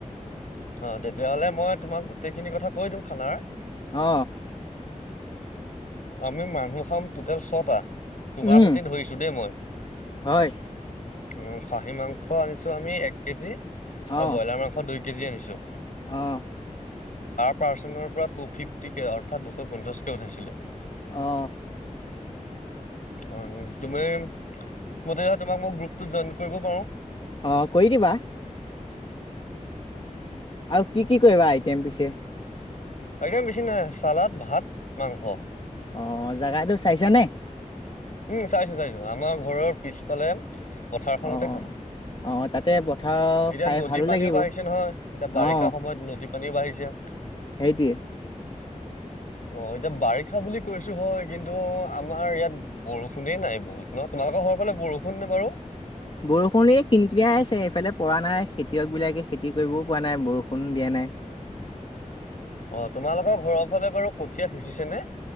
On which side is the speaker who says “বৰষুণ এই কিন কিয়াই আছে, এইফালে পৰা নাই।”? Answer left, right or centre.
Left